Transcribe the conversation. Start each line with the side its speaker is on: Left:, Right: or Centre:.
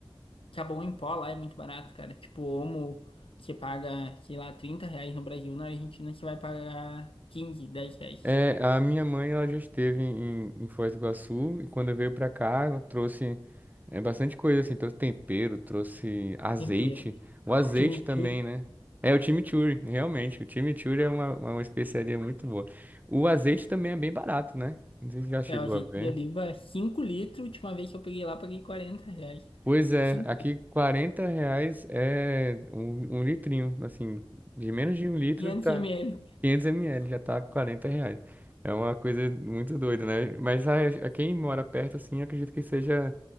Left: sabão em pó lá é muito barato, cara. Tipo, Omo, você paga, sei lá, 30 reais no Brasil, na Argentina você vai pagar 15, 10 reais.
Right: É, a minha mãe ela já esteve em, em Foz do Iguaçu e quando veio pra cá ela trouxe é, bastante coisa assim, trouxe tempero, trouxe azeite,
Left: Tempero,
Right: o azeite
Left: chimichurri.
Right: também, né? É o chimichurri, realmente, o chimichurri é uma, uma especiaria muito boa. O azeite também é bem barato, né? Não sei se já chegou
Left: É, a gente
Right: a ver.
Left: de oliva 5 litros. Última vez que eu peguei lá, paguei 40 reais.
Right: Pois é,
Left: cinco
Right: aqui
Left: litros,
Right: 40 reais é um, um litrinho, assim, de menos de um litro
Left: 500
Right: tá
Left: ml.
Right: 500 ml já tá 40 reais. É uma coisa muito doida, né? Mas a, a quem mora perto, assim, acredito que seja,